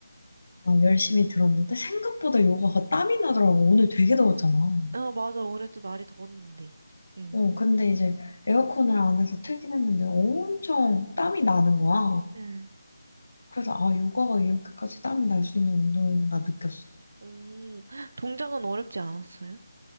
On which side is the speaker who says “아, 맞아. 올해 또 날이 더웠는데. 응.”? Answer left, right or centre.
Right